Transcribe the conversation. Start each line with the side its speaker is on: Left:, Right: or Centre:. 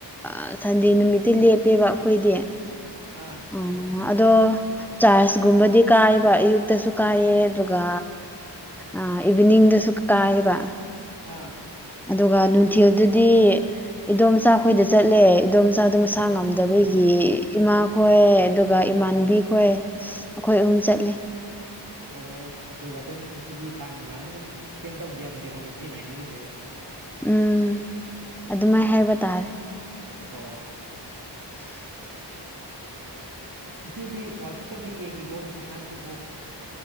Centre: ꯑꯥ ꯁꯟꯗꯦ ꯅꯨꯃꯤ ꯅꯨꯃꯤꯛꯇꯤ ꯂꯦꯞꯄꯦꯕ ꯑꯩꯈꯣꯏꯗꯤ
Right: ꯑꯥ
Centre: ꯎ ꯑꯗꯣ ꯆꯥꯔꯖꯀꯨꯝꯕꯗꯤ ꯀꯥꯏꯕ ꯑꯌꯨꯛꯇꯁꯨ ꯀꯥꯏꯌꯦ ꯑꯗꯨꯒ ꯑ ꯏꯚꯤꯅꯤꯡꯗꯁꯨ ꯀꯥꯏꯕ
Right: ꯑꯥ
Centre: ꯑꯗꯨꯒ ꯅꯨꯡꯊꯤꯜꯗꯨꯗꯤ ꯏꯗꯣꯝꯆꯥꯈꯣꯏꯗ ꯆꯠꯂꯦ ꯏꯗꯣꯝꯆꯥꯗꯣ ꯃꯁꯥ
Right: ꯑꯣ
Centre: ꯉꯝꯗꯕ ꯑꯩꯈꯣꯏꯒꯤ ꯏꯃꯥ ꯈꯣꯏ ꯑꯗꯨꯒ ꯏꯃꯥꯟꯕꯤ ꯈꯣꯏ ꯑꯩꯈꯣꯏ ꯑꯍꯨꯝ ꯆꯠꯂꯦ
Right: ꯑꯣ ꯑꯗꯨꯒ ꯑꯗꯨꯝ ꯉꯁꯤꯒꯤ ꯇꯥꯏꯝ ꯑꯗꯨꯃꯥꯏꯅ ꯑꯗꯨꯝ ꯏꯁꯄꯦꯟ ꯇꯧꯒꯦꯕꯅꯦꯕꯀꯣ ꯁꯤꯅ ꯍꯥꯏꯅꯤꯡꯉꯤꯁꯦ
Centre: ꯎꯝ ꯑꯗꯨꯃꯥꯏ ꯍꯥꯏꯕ ꯇꯥꯔꯦ
Right: ꯑꯣ ꯏꯆꯦꯗꯤ ꯋꯥꯔꯜ ꯀꯞꯀꯗꯤ ꯌꯦꯡꯉꯤꯕꯣ ꯍꯧꯖꯤꯛꯀꯥꯟꯁꯤꯕꯨ